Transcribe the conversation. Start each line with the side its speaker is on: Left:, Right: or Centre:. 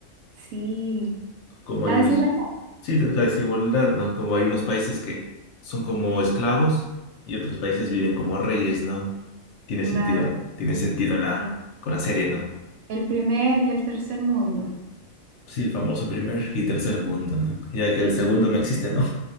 Right: Sí,
Left: Como
Right: la
Left: hay unos.
Right: desigualdad,
Left: Sí, de- la desigualdad, ¿no? Como hay unos países que son como esclavos y otros países viven como reyes, ¿no? Tiene
Right: claro.
Left: sentido, tiene sentido la,
Right: Mm.
Left: con la serie, ¿no?
Right: El primer y el tercer mundo,
Left: Sí, el famoso primer y tercer mundo, ¿no? Ya que el segundo no existe, ¿no?